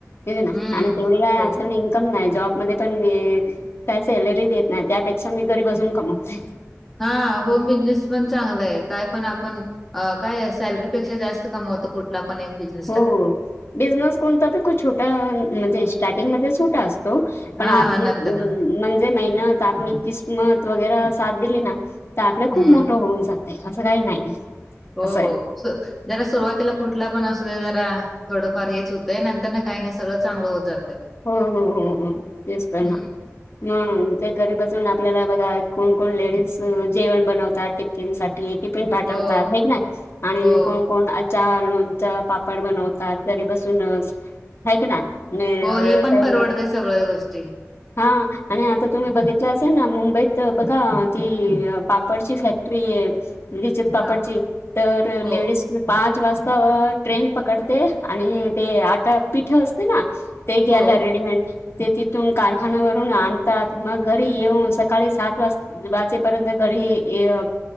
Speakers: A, on the left; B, in the centre.
A: ते ना
B: हम्म
A: आणि तेवढी काय
B: हो
A: आजकाल इन्कम नाही जॉबमध्येध्ये पण काय सॅलरी देत नाही त्यापेक्षा मी घरी बसून कमवते.
B: हा होम बिझनेस. पण चांगलंय काय पण आपण काय सॅलरीपेक्षा जास्त कमवतो कुठ कुठला पण एक बिजनेस.
A: हो बिझनेस कोणता छोटा म्हणजे स्टार्टिंगमध्ये छोटा असतो. पण
B: हा
A: आपले
B: हा नंतर
A: आम्
B: ना
A: म्हणजे मेहनत आपण किस्मत वगैरे साथ दिली ना तर आपल्या खूप
B: हम्म
A: मोठं होऊन जात. असं काही नाही.
B: हो
A: असं
B: हो
A: आहे
B: जरा सुरुवातीला कुठला पण असू दे जरा थोडंफार हेच होतंय नंतर ना काही नाही सगळं चांगलं होत जातय.
A: हो हो हो हो तेच तर ना
B: हम्म
A: म्हणून ते घरी बसून आपल्याला बघा कोण कोण लेडीज जेवण बनवतात टिफिनसाठी टिफिन पाठवतात
B: हो
A: आहे का नाही आणि
B: हो
A: कोण कोण आचार, लोणच, पापड बनवतात घरी बसूनच हाय की नाय. आणि
B: हो हे पण
A: काही
B: परवडत सगळ्या गोष्टी
A: हा आणि आता तुम्ही बघितलं असेल ना मुंबईत बघा ती पापडची फॅक्ट फॅक्टरी लिज्जत पापडची
B: हा
A: तर
B: हो
A: लेडीज पाच वाजता ट्रेन पकडते आणि ते आटा पिठ असते ना ते ग्याला
B: हो
A: रेडीमेंट ते तिथून कारखान्यावरून आणतात मग घरी येऊन सकाळी सात वाजता वाचेपर्यंत घरी ये